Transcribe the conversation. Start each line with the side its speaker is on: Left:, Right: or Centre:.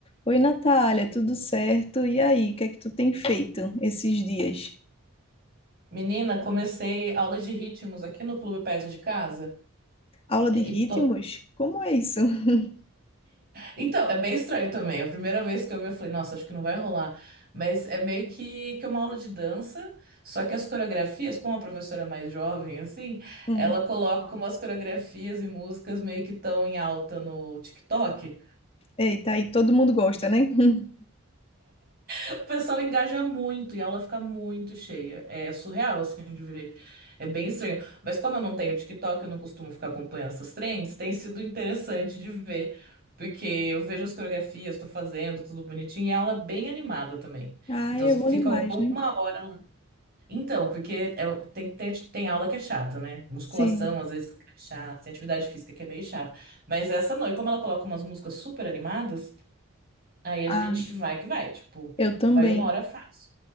Left: Oi, Natália, tudo certo? E aí, o que é que tu tem feito esses dias?
Right: Menina, comecei aula de ritmos aqui no clube perto de casa.
Left: Aula
Right: É,
Left: de ritmos?
Right: e tô-
Left: Como é isso? <laughs>
Right: Então, é bem estranho também. A primeira vez que eu vi, eu falei, nossa, acho que não vai rolar. Mas é meio que, que é uma aula de dança, só que as coreografias, como a professora é mais jovem, assim,
Left: Hum.
Right: ela coloca umas coreografias e músicas meio que estão em alta no TikTok.
Left: Eita, aí todo mundo gosta, né? <laughs>
Right: O pessoal engaja muito e a aula fica muito cheia. É surreal, assim, de ver. É bem estranho. Mas como eu não tenho TikTok, eu não costumo ficar acompanhando essas trends, tem sido interessante de ver. Porque eu vejo as coreografias, estou fazendo, tudo bonitinho, e a aula é bem animada também.
Left: Ai,
Right: Então você
Left: é bom
Right: fica
Left: demais,
Right: uma
Left: né?
Right: hora lá. Então, porque é- tem, tem, tem aula que é chata, né? Musculação,
Left: Sim.
Right: às vezes, é chata, tem atividade física que é meio chata. Mas essa não. E como ela coloca umas músicas super animadas, aí a
Left: Ah,
Right: gente vai que vai, tipo,
Left: eu também.
Right: vai uma hora fácil.